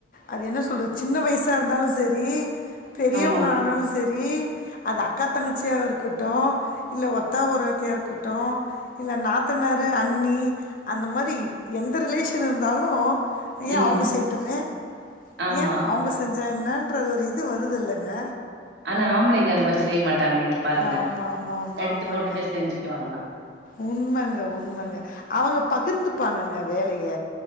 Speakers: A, on the left; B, on the right.
A: அது என்ன சொல்றது சின்ன வயசா இருந்தாலு செரி பெரியவங்க
B: ஆமா
A: ஆனாலு செரி அது அக்கா தங்கச்சியா இருக்கட்டு இல்ல ஒத்தா ஓரகத்தியா இருக்கட்டு இல்ல நாத் நாத்தனாரு அண்ணி அந்த மாரி எந்த ரிலேஷன் இருந்தாலு ஏ
B: ம்
A: அவுங்க செய்யட்டுமே
B: ஆமா
A: ஏ அவுங்க செஞ்சா என்னன்ற ஒரு இது வருதுல்லைங்க
B: ஆனா ஆம்பளைங்க அது மாரி செய்ய மாட்டாங்க நீங்க பாருங்க
A: அது ஆமா, பாருங்க. ஆமா, ஆமா,
B: எடுத்து
A: ஆமாங்க.
B: போட்டுட்டு
A: எடுத்துக்கோ
B: செஞ்சுக்குவாங்க
A: உண்மைங்க உண்மைங்க அவுங்க பகிர்ந்துப்பாங்கங்க வேலைய